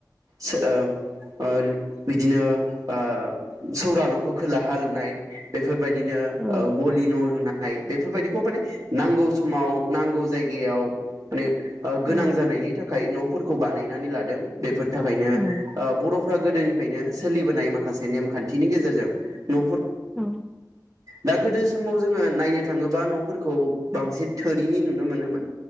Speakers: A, on the right; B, in the centre.
A: सो- ओ ओ बिदिनो ओ सौरा न'खौ खोलाहा लुनाय बेफोर बेबायदिनो
B: औ
A: ओ गलि न' लुनाय बेफोरबादिखौ माने नांगौ समाव नांगौ जायगायाव माने ओ गोनां
B: औ
A: जानायनि थाखाय न'फोरखौ बानाय बानानै लादों बेफोर थाखायनो
B: औ
A: ओ बर' गोदोनिफायनो सोलिबोनाय माखासे नेमखान्थिनि गेजेरजों न'फोर
B: औ
A: दा गोदो समाव जोङो नायनो थाङोबा न'फोरखौ बांसिन थोरिनि नुनो मोनोमोन।